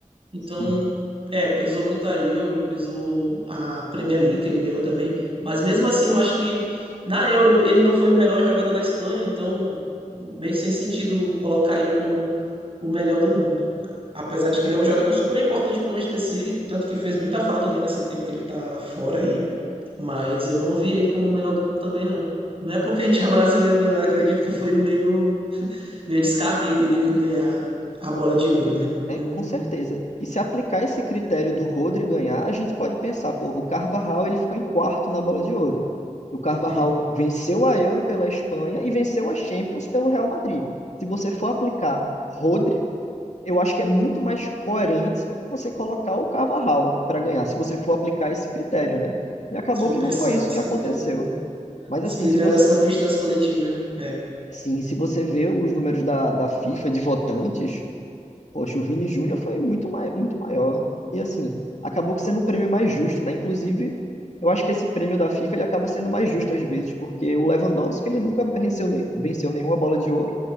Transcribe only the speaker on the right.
Então,
é, pesou muito a Euro, pesou a Premier League que ele ganhou também. Mas mesmo assim, eu acho que na Euro ele não foi o melhor jogador da Espanha, então meio sem sentido colocar ele como o melhor do mundo. Apesar de que ele é um jogador super importante para o Manchester City, tanto que fez muita falta né, nesse tempo que ele tá fora aí. Mas eu não vi ele como o melhor do mundo também, não. Não é porque a gente é brasileiro, não. Eu acredito que
foi meio meio descabido ele ganhar a bola de ouro, né?
Eu não.
Sim,
se for
pensar
nesse
critério, da,
esse
critério
das conquistas coletivas, né? É.